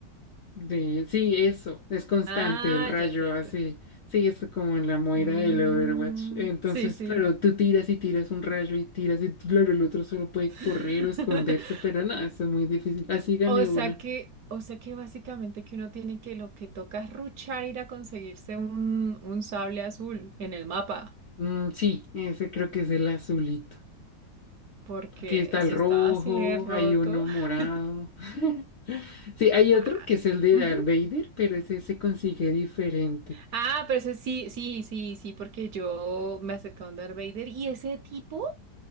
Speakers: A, on the left (about 55°); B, on the right (about 70°).
A: De, sí, eso, es constante
B: Ah,
A: el rayo
B: ya entiendo.
A: así, sí, es como en la moira
B: Mm,
A: del Overwatch. Entonces,
B: sí, sí.
A: claro, tú tiras y tiras un rayo y tiras y claro, el otro solo puede
B: <laughs>
A: correr o esconderse, pero no, eso es muy difícil. Así gané
B: O
A: una.
B: sea que, o sea que básicamente que uno tiene que lo que toca es ruchar ir a conseguirse un, un sable azul en el mapa,
A: Mm, sí, ese creo que es el azulito.
B: porque
A: Porque está el
B: si
A: rojo,
B: está así de roto.
A: hay uno
B: <laughs>
A: morado. <laughs> Sí, hay
B: Ah,
A: otro que es el de
B: ujú.
A: Darth Vader, pero ese se consigue diferente.
B: Ah, pero ese sí, sí, sí, sí, porque yo me acerqué a un Darth Vader y ese tipo,